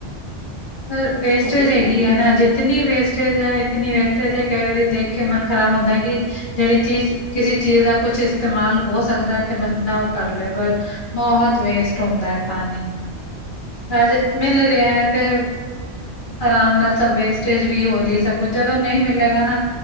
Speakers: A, on the left; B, on the right.
A: ਪਰ
B: ਉਹ
A: ਵੇਸਟੇਜ
B: ਤੇ ਹੈ ਹੀ
A: ਹੈਗੀ ਹੈ ਨਾ ਜਿੱ ਇਤਨੀ ਵੇਸਟੇਜ ਹੈ ਇਤਨੀ ਵੇਸਟੇਜ ਹੈ ਕਈ ਵਾਰੀ ਦੇਖ ਕੇ ਮਨ ਖ਼ਰਾਬ ਹੁੰਦਾ ਹੈ ਕਿ ਜਿਹੜੀ ਚੀਜ਼ ਕਿਸੇ ਚੀਜ਼ ਦਾ ਕੁਛ ਇਸਤੇਮਾਲ ਹੋ ਸਕਦਾ ਹੈ ਤੇ ਬੰਦਾ ਦਾ ਉਹ ਕਰ ਲਏ ਪਰ ਬਹੁਤ ਵੇਸਟ ਹੁੰਦਾ ਹੈ ਪਾਣੀ
B: ਹਮ
A: ਹਜੇ ਮਿਲ ਰਿਹਾ ਤੇ ਆਰਾਮ ਨਾਲ ਸਭ ਵੇਸਟੇਜ ਵੀ ਹੋ ਰਹੀ ਸਭ ਕੁਝ ਜਦੋਂ ਨਹੀਂ ਮਿਲੇਗਾ ਨਾ